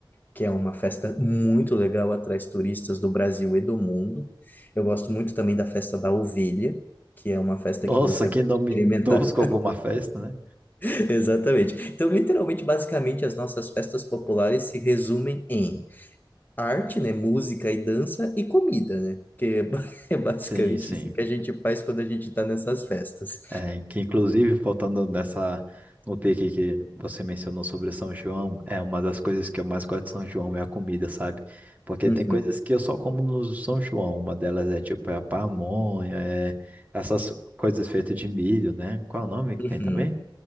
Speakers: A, on the left; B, on the right.
A: que é uma festa muito legal, atrai turistas do Brasil e do mundo. Eu gosto muito também da festa da ovelha, que é uma festa
B: Nossa,
A: que você
B: que
A: vai
B: nome
A: experimentar.
B: tosco pra uma festa, né?
A: <laughs> Exatamente. Então, literalmente, basicamente, as nossas festas populares se resumem em arte, né, música e dança e comida, né? Que é ba- <laughs> é basicamente
B: Sim, sim.
A: isso que a gente faz quando a gente está nessas festas.
B: É, que inclusive, faltando nessa, no pique que você mencionou sobre São João, é uma das coisas que eu mais gosto de São João é a comida, sabe? Porque
A: Uhum,
B: tem coisas que eu só como no São João. Uma delas é tipo é a pamonha, é essas coisas feitas de milho, né? Qual é o nome que
A: uhum.
B: tem também?